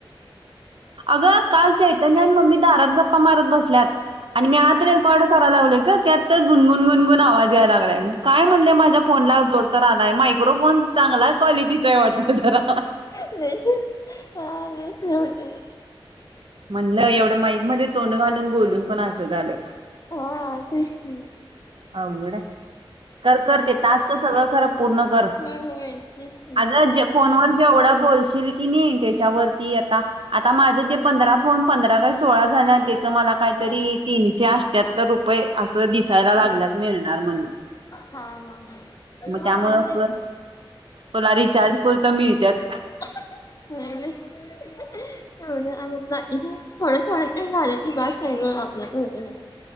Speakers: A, on the right; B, on the left.
A: अगं, काल चैतन्य आणि मम्मी दारात गप्पा मारत बसल्यात, आणि मी आत रेकॉर्ड कराला लागलोय काय त्यात तर गुण, गुन, गुण, गुन आवाज यायला लागलाय, काय म्हणलय माझ्या फोनला जोर तर आलाय, मायक्रोफोन चांगला क्वालिटीचा हाय वाटत जरा
B: <unintelligible> हा लईच हे होतय.
A: म्हणलं, एवढं माईकमध्ये तोंड घालून, बोलून, पण असं झालं.
B: हा, तेच की
A: अवघड हाय, कर कर, ते तास्क सगळं कर पूर्ण कर.
B: होय होय तेच की
A: आग
B: करायलोय.
A: जे फोन व जेवढ बोलशील की नाही, त्याच्यावरती आता, आता माझ ते पंधरा फोन पंधरा काय सोळा झाल्यात, त्याच मला काहीतरी
B: हा
A: तीनशे अठ्यात्तर रुपये असं दिसायला
B: हा
A: लाग लागल्यात मिळणार म्हणून,
B: हा
A: मग त्यामुळं
B: हा म्हणजेच
A: कर तुला रिचार्ज पुरतं मिळत्यात.
B: <unintelligible> हम्म! <unintelligible> थोड थोड तर झालं की बास हाय ग आपल्यापुरतं.